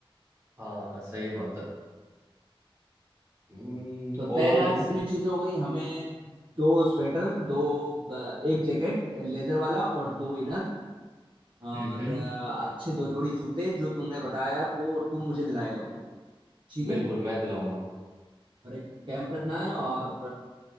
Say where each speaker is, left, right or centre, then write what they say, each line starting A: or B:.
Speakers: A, on the right (about 30°); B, on the right (about 55°).
A: हाँ सही बात है हम्म,
B: तो
A: और
B: तेरा
A: इस
B: कितनी चीजें हो गई हमें दो स्वेटर दो अ, एक जैकेट लेदर वाला और दो इनर और
A: हम्म हम्म
B: अ, अच्छे दो जोड़ी जूते जो तुमने बताया वो और तुम मुझे दिलाएगा वो ठीक है
A: बिल्कुल मैं दिलाऊंगा
B: और एक कैंप रखना है और